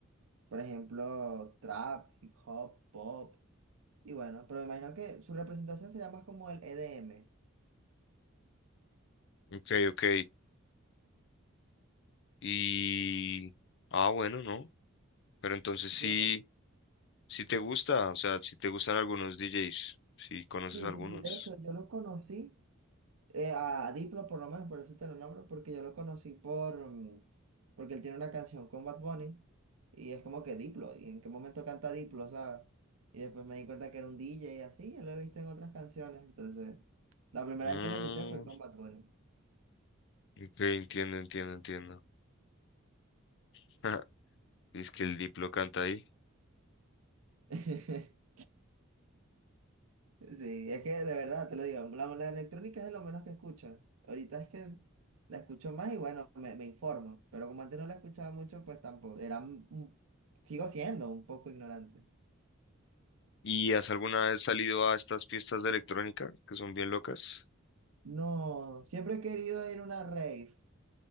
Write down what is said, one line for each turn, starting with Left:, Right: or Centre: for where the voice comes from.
Right: Por ejemplo, trap, hip hop, pop. Y bueno, pero me imagino que su representación sería más como el EDM.
Left: Ok, ok. Y... Ah, bueno, ¿no? Pero entonces
Right: Yo,
Left: sí, sí te gusta, o sea, sí te gustan algunos DJs, si conoces
Right: sí,
Left: algunos.
Right: sí, sí. De hecho, yo lo conocí eh, a Diplo, por lo menos, por eso te lo nombro, porque yo lo conocí por, mm, porque él tiene una canción con Bad Bunny y es como que Diplo. ¿Y en qué momento canta Diplo, sabes? Y después me di cuenta que era un DJ y así, yo lo he visto en otras canciones. Entonces, la primera
Left: Mm,
Right: vez que lo escuché fue con Bad Bunny.
Left: ok, entiendo, entiendo, entiendo. <laughs> Es que el Diplo canta ahí.
Right: <laughs> Sí, es que de verdad te lo digo, la, la electrónica es de lo menos que escucho. Ahorita es que la escucho más y bueno, me, me informo, pero como antes no la escuchaba mucho, pues tampoco, era un- un- sigo siendo un poco ignorante.
Left: ¿Y has alguna vez salido a estas fiestas de electrónica que son bien locas?
Right: No, siempre he querido ir a una rave,